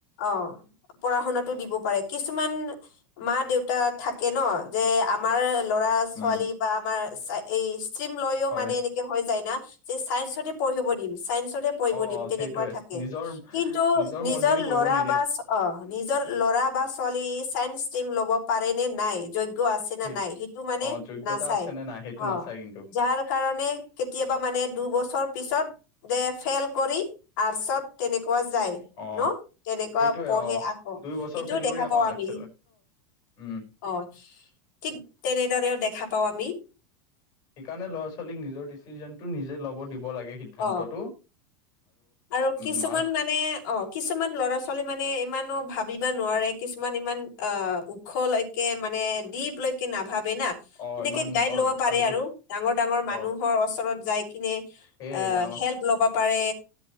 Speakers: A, on the left; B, on the left.
A: অ। পঢ়া শুনাতটো দিব পাৰে। কিছুমান মা-দেউতা থাকে ন যে আমাৰ ল'ৰা
B: উম
A: ছোৱালী বা আমাৰ এই ষ্ট্ৰীম লৈও
B: হয়
A: মানে এনে হৈ যায় না, যে চায়ন্সতে পঢ়িব দিম চায়ন্সতে পঢ়়িব
B: অ
A: দিম তেনেকুৱা
B: সেইটোৱে
A: থাকে,
B: নিজৰ
A: কিন্তু নিজৰ
B: মৰ্জিদি পঢ়িব
A: ল'ৰা
B: নিদিয়ে
A: বা অ নিজৰ ল'ৰা বা ছোৱালী চাইন্স ষ্ট্ৰীম ল'ব পাৰে নে নাই যোগ আছে নে
B: সেই
A: নাই সেইটো মানে
B: অ যোগ্যতা
A: নাচাই
B: আছে নে নাই সেইটো
A: অ,
B: নাচাই কিন্তু
A: যাৰ কাৰণে কেতিয়াবা মানে দুবছৰ পিছত দে ফেইল কৰি আৰ্টচত তেনেকুৱা যায়।
B: অ
A: ন তেনেকুৱা
B: সেইটোৱে
A: পঢ়ে
B: অ
A: আকৌ
B: দুই বছৰ
A: সেইটোও
B: ফেইল
A: দেখা
B: কৰি আকৌ
A: পাওঁ
B: আৰ্টচ
A: আমি।
B: লয় উম
A: অ ঠিক তেনেদৰেও দেখা পাও আমি।
B: সেইকাৰণে ল'ৰা-ছোৱালীক নিজৰ ডিচিজননটো নিজে ল'ব দিব লাগে সিদ্ধান্তটো।
A: অ আৰু
B: উম
A: কিছুমান
B: মাক
A: মানে অ কিছুমান ল'ৰা-ছোৱালী মানে ইমানো ভাবিব নোৱাৰে, কিছুমান ইমান অ খলৈকে মানে দিপ লৈকে নাভাবে না।
B: অ
A: এনেকে
B: ইমান
A: গাইড
B: ত
A: লব পাৰে
B: ভালকে
A: আৰু ডাঙৰ ডাঙৰ মানুহৰ
B: অ
A: ওচৰত যাই কিনে
B: সেই
A: আহ
B: ডাঙৰ
A: হেল্প লবা পাৰে